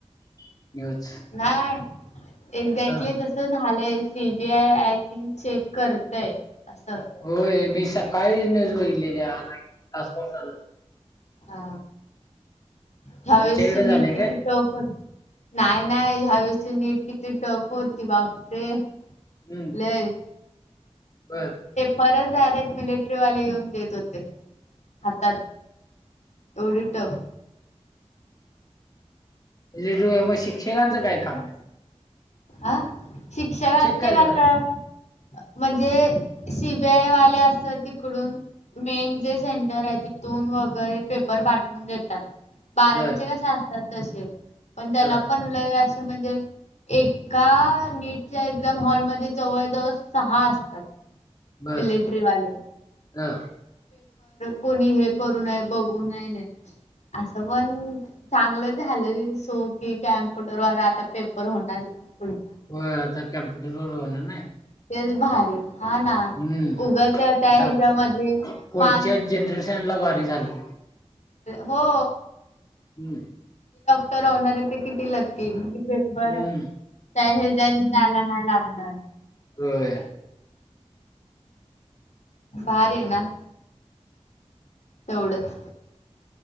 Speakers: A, on the left; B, on the left.
A: न्यूज
B: नाय एक्झॅक्टली
A: हा.
B: तसं झालंय C B I I think check करतय असं
A: होय मी सकाळीच न्यूज बघितली ती आता एक तासभर झालं
B: हा ह्यावेळेसची
A: तुमच्या इकडे
B: नीट
A: झालंय
B: किती
A: काय
B: टफ होती नाय नाय ह्यावेळेसची नीट किती टफ होती बापरे!
A: हम्म
B: लय
A: बर
B: परत डायरेक्ट मिलिटरीवाले येऊन देत होते हातात डटव
A: लिडू मग शिक्षकांचं काय काम आहे
B: आह शिक्षक
A: काय
B: अते कस
A: करायले
B: म्हणजे सीबीआय वाले अस तिकडून मेन जे सेंटर आहे तिथून वगैरे पेपर पाठवून देतात बारावीचे
A: बर
B: कसे असतात तसे पण त्याला
A: अ
B: पण ल असं म्हणजे एक का नीटच्या एक्झाम हॉलमध्येध्ये जवळ जवळ सहा असतात
A: बर
B: मिलिट्री वाले
A: अ
B: कोणी हे करू नये बघू नये हे असं पण चांगलं झालं सो की कॅम्प्युटर व आता पेपर होणार आहेत
A: हो वेळा तर कम्प्युटर वर होणार नाही
B: तेच भारी हो ना
A: हम्म
B: उगाच त्या
A: आता
B: हेच मधे
A: पुढच्या
B: माण
A: जनरेशनला भारी झालती.
B: हो
A: हम्म
B: रिटर्न होणार आहे ते किती लकी पेपर
A: हम्म
B: हे जाने जायला नाही लागणार
A: होय
B: भारी ना तेवढंच